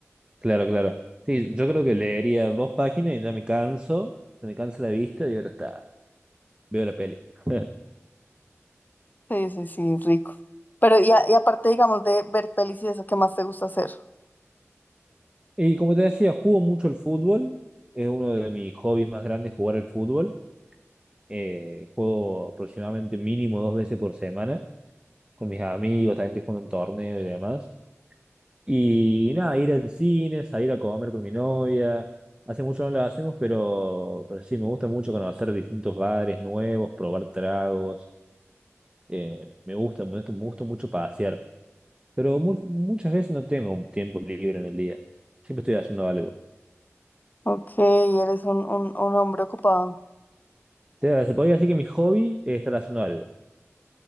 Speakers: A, on the right; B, on the left.
A: Claro, claro. Sí, yo creo que leería dos páginas y ya me canso, me cansa la vista y ahora está, veo la peli. <laughs>
B: Sí, sí, sí, rico. Pero y, a- y aparte, digamos, de ver pelis y eso, ¿qué más te gusta hacer?
A: Y como te decía, juego mucho el fútbol. Es uno de mis hobbies más grandes jugar el fútbol. Eh, juego aproximadamente mínimo dos veces por semana con mis amigos, también estoy jugando un torneo y demás. Y nada, ir al cine, salir a comer con mi novia. Hace mucho no lo hacemos, pero, pero sí, me gusta mucho conocer distintos bares nuevos, probar tragos. Eh, me gusta, me gusta, me gusta mucho pasear. Pero mu- muchas veces no tengo tiempo libre en el día. Siempre estoy haciendo algo.
B: Ok, eres un, un, un hombre ocupado.
A: sea, se podría decir que mi hobby es estar haciendo algo.